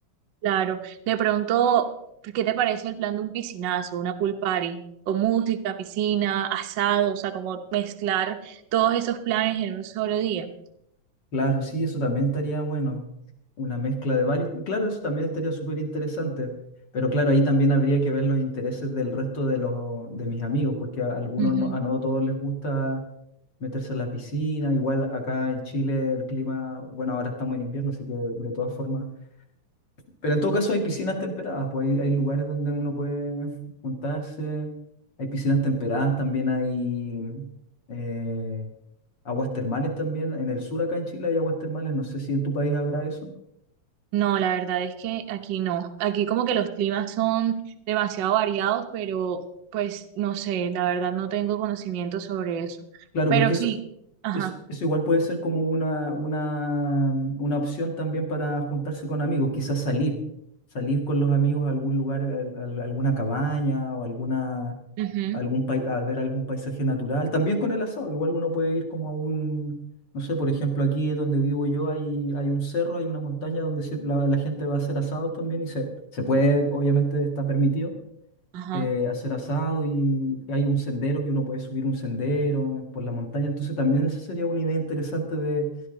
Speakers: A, on the right (about 80°); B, on the left (about 40°).
A: Claro, de pronto, ¿qué te parece el plan de un piscinazo, una pool party? con música, piscina, asado, o sea, como mezclar todos esos planes en un solo día.
B: Claro, sí, eso también estaría bueno. Una mezcla de varios. Claro, eso también estaría súper interesante. Pero claro, ahí también habría que ver los intereses del resto de los de mis amigos, porque a algunos
A: Ujú.
B: no, a no todos les gusta meterse en la piscina. Igual acá en Chile el clima, bueno, ahora estamos en invierno, así que de todas formas pero en todo caso hay piscinas temperadas, pues hay, hay lugares donde uno puede juntarse, hay piscinas temperadas, también hay eh, aguas termales también. En el sur acá en Chile hay aguas termales, no sé si en tu país habrá eso.
A: No, la verdad es que aquí no. Aquí como que los climas son demasiado variados, pero pues no sé, la verdad no tengo conocimiento sobre eso.
B: Claro,
A: Pero
B: porque eso,
A: sí, ajá,
B: eso, eso igual puede ser como una, una, una opción también para juntarse con amigos, quizás salir, salir con los amigos a algún lugar, al- al- alguna cabaña o alguna
A: ujú,
B: algún pai- a ver algún paisaje natural. También con el asado, igual uno puede ir como a un, no sé, por ejemplo, aquí donde vivo yo hay, hay un cerro, hay una montaña donde se- la, la gente va a hacer asados también y se, se puede, obviamente está permitido
A: ajá.
B: eh, hacer asado y hay un sendero que uno puede subir un sendero eh, por la montaña. Entonces también esa sería una idea interesante de,